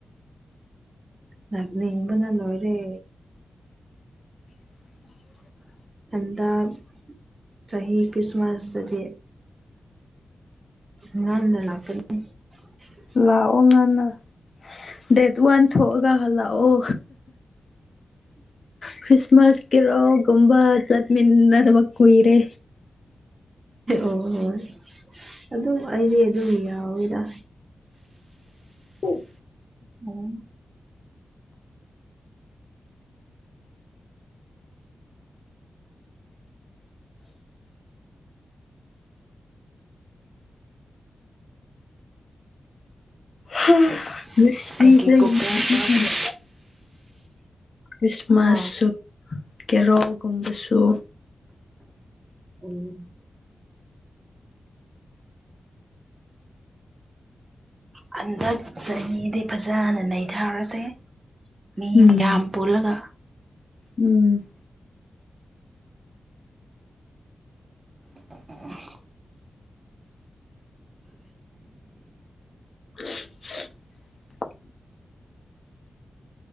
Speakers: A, on the right (about 25°); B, on the left (about 40°).
A: ꯂꯥꯛꯅꯤꯡꯕꯅ ꯂꯣꯢꯔꯦ
B: <inaudible>
A: ꯍꯟꯗꯥꯛ ꯆꯍꯤ ꯀ꯭ꯔꯤꯁꯃꯥꯁꯇꯗꯤ ꯉꯟꯅ ꯂꯥꯛꯀꯅꯤ <inaudible>
B: ꯂꯥꯛꯑꯣ ꯉꯟꯅ ꯗꯦꯠ ꯋꯥꯟ ꯊꯣꯛꯑꯒ ꯍꯜꯂꯛꯑꯣ ꯈ꯭ꯔꯤꯁꯃꯥꯁ ꯀꯤꯔꯣꯜꯒꯨꯝꯕ ꯆꯠꯃꯤꯟꯅꯗꯕ ꯀꯨꯏꯔꯦ
A: ꯑꫭ ꯑꯗꯨꯝ ꯑꯩꯗꯤ ꯑꯗꯨꯝ ꯌꯥꯎꯋꯤꯗ
B: ꯑꯣ <unintelligible>
A: ꯑꯣ
B: ꯍꯥ
A: ꯑꯁ
B: ꯉꯁꯤꯗꯒꯤ
A: ꯑꯩꯒꯤ ꯀꯨꯀꯔ
B: <unintelligible>
A: ꯀꯥꯞꯄ
B: ꯈ꯭ꯔꯤꯁꯃꯥꯁꯁꯨ
A: ꯍꯥ
B: ꯀꯦꯔꯣꯜꯒꯨꯝꯕꯁꯨ
A: ꯎꯝ ꯍꯟꯗꯛ ꯆꯍꯤꯗꯤ ꯐꯖꯅ ꯅꯩꯊꯔꯁꯦ ꯃꯤ
B: ꯎꯝ
A: ꯃꯌꯥꯝ ꯄꯨꯜꯂꯒ
B: ꯎꯝ
A: <unintelligible>
B: <unintelligible>